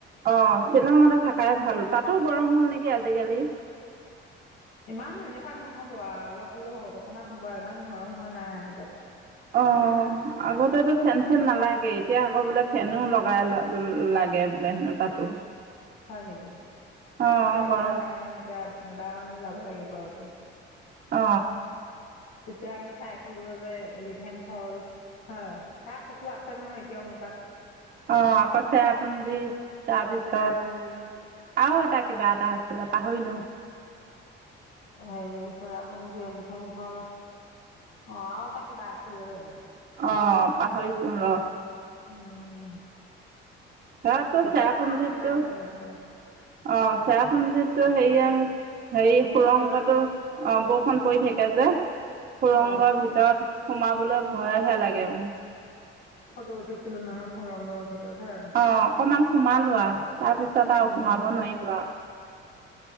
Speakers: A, on the right; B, on the left.
A: অ শ্বিলঙতে থাকাই ভাল। তাতো গৰম হ'ল নেকি আজিকালি?
B: ইমান এনেকুৱা নহ'ব আ অলপ হ'লেও হ'ব অকনমান হ'ব আৰু ইমান গৰম হোৱা নাই আৰু তাত।
A: অ আগতেতো ফেন চেন নালাগে। এতিয়া আকৌ বোলে ফেনো লগাই ল - লাগে বোলে হেনো তাতো।
B: হয় নেকি?
A: অঁ
B: এতিয়া
A: গৰম
B: যোৱা নাই নহয় এতিয়া এবাৰমান যাব লাগিব আকৌ।
A: অ।
B: তেতিয়া আমি চাইছিলোগৈ যে এলিফেন ফলচ। হয় সেয়া ফটো আছে নহয় এতিয়াওঁ মোৰ তাত।
A: অ আকৌ চেৰা পুঞ্জি তাৰপিছত
B: চেৰাপুঞ্জী
A: আৰু এটা কিবা এটা আছিলে। পাহৰিলোঁ।
B: সেৰি চেৰাপুঞ্জী এলিফেণ্ ফলচ। অ আৰু এটা কিবা আছিলে যে
A: অহ পাহৰিছোঁ ৰহ।
B: উম।
A: সেয়াতো
B: এতিয়াতো
A: চেৰাপুঞ্জিটো
B: আৰু কিবা
A: অ
B: কিনি বনালে
A: চেৰাপুঞ্জিটো হেৰি য়া- হেৰি
B: বৰষুণ
A: সুৰংগটো
B: পৰে
A: অ বৰষুণ পৰি থাকে যে। সুৰংগৰ
B: অ
A: ভিতৰত। সোমাবলৈ ভয়হে লাগে মোৰ।
B: ফটো উঠিছিলোঁ নহয় সুৰংগৰ ভিতৰত। হা
A: অ অকমান সোমালোঁ আ তাৰপিছত আৰু
B: উম
A: সোমাব নোৱাৰিলোঁ আ।